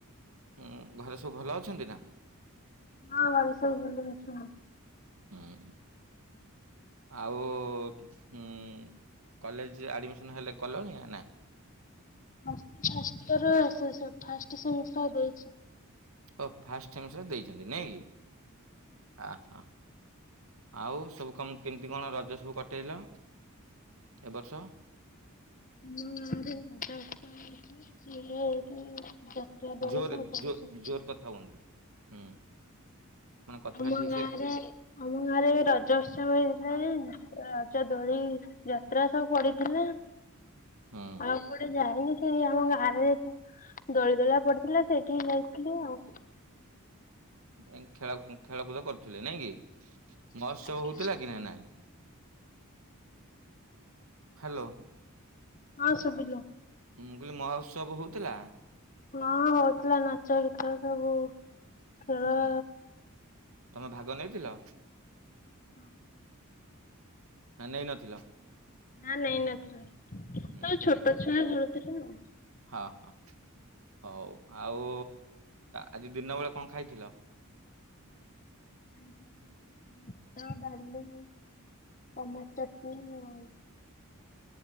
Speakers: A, on the right; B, on the left.
A: ହଁ ଘରେ ସବୁ ଭଲ ଅଛନ୍ତି ନା?
B: ହଁ ଘରେ ସବୁ ଭଲଏ ଅଛନ୍ତି।
A: ହୁଁ ଆଉ ଉଁ କଲେଜ ଆଡ଼ମିସନ୍ ହେଲେ କଲେଣି ନା ନାଇ?
B: <unintelligible> ଫାଷ୍ଟ ସେମିଷ୍ଟାର ଦେଇଛି।
A: ଓ ଫାଷ୍ଟ ସେମିଷ୍ଟର ଦେଇଛନ୍ତି ନାଇଁ କି ଅହ। ଆଉ ସବୁ କ କେମିତି କଣ ରଜ ସବୁ କଟେଇଲ ଏ ବର୍ଷ?
B: <unintelligible>
A: ଜୋର
B: ସବୁ
A: ଜୋ
B: କରୁଛନ୍ତି।
A: ଜୋର କଥା ହୁଅନ୍ତୁ ହୁଁ। ମାନେ କଥାଟା
B: ଆମ
A: ଠିକ
B: ଗାଁରେ
A: ସେ
B: ଆମ ଗାଁରେ ରଜ ଉତ୍ସବ ହେଇଥିଲା ଯେ ରଜ ଦୋଳି ଯାତ୍ରା ସବୁ ପଡିଥିଲା
A: ହୁଁ।
B: ଆଉ କୋଉଠେ ଯାଇନି ସେଇ ଆମ ଗାଁରେ ଯେତ ଦୋଳି ଦୋଳା ପଡିଥିଲା ସେଇଠିି ଯାଇଥିଲି ଆଉ।
A: ହୁଁ ଖେଳ ଖେଳକୁଦ କରୁଥିଲେ ନାଇଁ କି ମହୋତ୍ସବ
B: ଆଜ୍ଞା।
A: ହଉଥିଲା କି ନା ନାଇଁ? ହ୍ୟାଲୋ।
B: ହଁ ଶୁଭିଲା।
A: ମୁଁ କହିଲି ମହା ଉତ୍ସବ ହଉଥିଲା।
B: ହଁ ହଉଥିଲା ନାଚ, ଗୀତ ସବୁ ଖେଳ।
A: ହୁଁ ତମେ ଭାଗ ନେଇଥିଲ?
B: ନା।
A: ନା ନେଇ ନଥିଲ।
B: ନା ନେଇ ନଥିଲି ସବୁ
A: ହୁଁ
B: ଛୋଟ
A: ହୁଁ
B: ଛୁଆ ଖେଳୁଥିଲେ ଆଉ।
A: ହଁ ହଁ ହଉ ଆଉ ଆଜି ଦିନ ବେଳେ କଣ ଖାଇଥିଲ?
B: ଖାଇଥିଲି ଭାତ, ଡାଲି, ଟମାଟୋ ଚଟଣୀ ଆଉ।